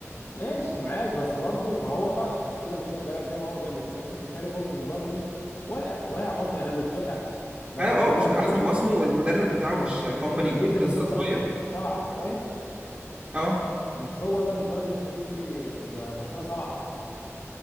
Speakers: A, on the left (about 55°); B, on the right (about 25°).
A: ماشي معاك بس برضو ما هو بقى عشان كده ماشي ده زي ما هو جامد لكن انت بتتكلم برضو ان بايرن ميونخ واقع واقع برضو يعني انا مش واقع بس
B: اه
A: مش
B: اه
A: بايرن
B: مش من
A: ميونخ
B: أحسن مواسمه والمدرب بتاعه مش كومباني
A: اللي كان
B: أكيد
A: بيدي
B: لسه
A: برشلونه
B: صغير
A: 8 و7 فاهم
B: اه
A: مش هو ده مش بايرن ميونخ اللي بيدي لبرشلونه 7